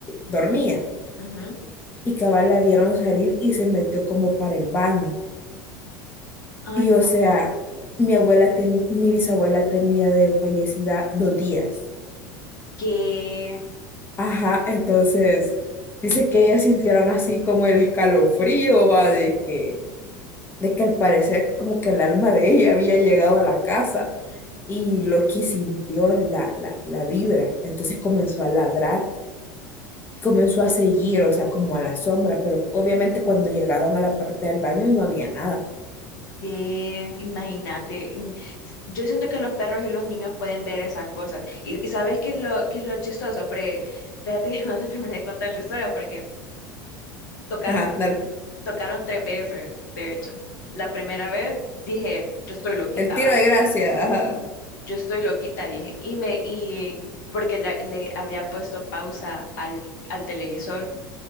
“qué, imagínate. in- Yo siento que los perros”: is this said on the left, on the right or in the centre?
Left